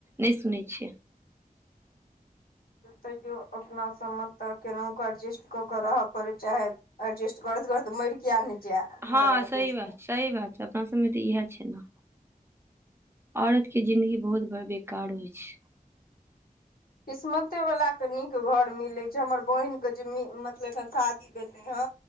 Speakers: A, on the right; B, on the left.
A: नय सुनै छै।
B: तैयो अपना सबमे तऽ केनाहुके एडजेस्ट कऽ के रहय पड़ै चाहे अरजेस्ट करैत करैत यरि किये नय जे मगर
A: हँ
B: अरजेस्टे
A: सही बात सही बात छै अपना सबमे तऽ इहे छै न। औरत के जिंदगी बहुत बेकार होइ छै।
B: किस्मते वाला के नीक घर मिलै छै हमर बहिन के जे मतलब एखन शादी भेलै हँ